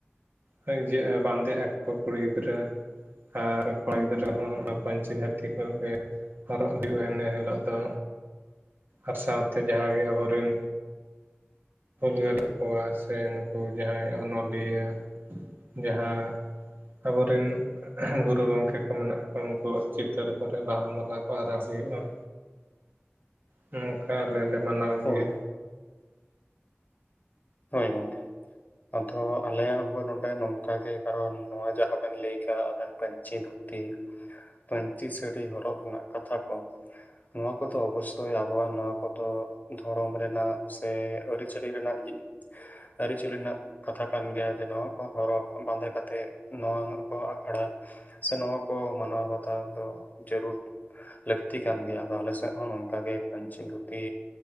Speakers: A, on the right; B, on the left.
A: <unintelligible> ᱵᱟᱸᱫᱮᱜ ᱟᱠᱚ ᱠᱩᱲᱤ ᱜᱤᱫᱽᱨᱟᱹ ᱟᱨ ᱠᱚᱲᱟ ᱜᱤᱫᱽᱨᱟᱹ ᱦᱚᱸ ᱯᱟᱹᱧᱪᱤ ᱫᱷᱩᱛᱤ ᱠᱚᱜᱮ ᱦᱚᱨᱚᱜ ᱦᱩᱭᱩᱜᱼᱟ ᱤᱱᱟᱹ ᱦᱤᱞᱳᱜ ᱫᱚ ᱟᱨ ᱥᱟᱶᱛᱮ ᱡᱟᱦᱟᱸᱜᱮ ᱟᱵᱚ ᱨᱤᱱ ᱦᱩᱞᱜᱟᱹ ᱨᱮ ᱠᱚᱣᱟ ᱥᱮ ᱱᱩᱠᱩ ᱡᱟᱦᱟᱸᱭ ᱚᱱᱚᱞᱤᱭᱟᱹ ᱡᱟᱦᱟᱸ ᱟᱵᱚᱨᱮᱱ ᱜᱩᱨᱩ ᱜᱚᱝᱠᱮ ᱠᱚ ᱢᱮᱱᱟᱜ ᱠᱚᱣᱟ ᱩᱱᱠᱩᱣᱟᱜ ᱪᱤᱛᱟᱹᱨ ᱠᱚᱨᱮ ᱵᱟᱦᱟ ᱢᱟᱞᱟ ᱠᱚ ᱟᱨᱟᱣ <unintelligible> <unintelligible>
B: <unintelligible>
A: ᱱᱚᱝᱠᱟ ᱟᱞᱮ ᱞᱮ ᱢᱟᱱᱟᱣ
B: ᱦᱳᱭ
A: ᱜᱮᱭᱟ
B: ᱦᱳᱭ ᱜᱚᱝᱠᱮ ᱟᱫᱚ ᱟᱞᱮᱭᱟᱜ ᱦᱚᱸ ᱱᱚᱸᱰᱮ ᱱᱚᱝᱠᱟᱜ ᱜᱮ ᱠᱟᱨᱚᱱ ᱱᱚᱣᱟ ᱡᱟᱦᱟᱸ ᱵᱮᱱ ᱞᱟᱹᱭ ᱠᱟᱜᱼᱟ ᱟᱵᱮᱱ ᱯᱟᱹᱧᱪᱤ ᱫᱷᱩᱛᱤ ᱛᱤ ᱯᱟᱹᱧᱪᱤ ᱥᱟᱹᱲᱤ ᱦᱚᱨᱚᱜ ᱨᱮᱱᱟᱜ ᱠᱟᱛᱷᱟ ᱠᱚ ᱱᱚᱣᱟ ᱠᱚᱫᱚ ᱚᱵᱚᱥᱥᱳᱭ ᱟᱵᱚᱣᱟᱜ ᱱᱚᱣᱟ ᱠᱚᱫᱚ ᱫᱷᱚᱨᱚᱢ ᱨᱮᱱᱟᱜ ᱥᱮ ᱟᱹᱨᱤᱪᱟᱹᱞᱤ ᱨᱮᱱᱟᱜ <unintelligible> ᱟᱹᱨᱤᱪᱟᱹᱞᱤ ᱨᱮᱱᱟᱜ ᱠᱟᱛᱷᱟ ᱠᱟᱱ ᱜᱮᱭᱟ ᱡᱮᱱᱚ ᱠᱚ ᱦᱚᱨᱚᱜ ᱵᱟᱸᱫᱮ ᱠᱟᱛᱮ ᱱᱚᱣᱟ ᱠᱚ ᱟᱠᱷᱲᱟ ᱥᱮ ᱱᱚᱣᱟ ᱠᱚ ᱢᱟᱱᱟᱣ ᱵᱟᱛᱟᱣ ᱫᱚ ᱡᱟᱹᱨᱩᱲ ᱞᱟᱹᱠᱛᱤ ᱠᱟᱱ ᱜᱮᱭᱟ ᱟᱞᱮ ᱥᱮᱫ ᱦᱚᱸ ᱱᱚᱠᱟᱜᱮ ᱯᱟᱹᱧᱪᱤ ᱫᱷᱩᱛᱤ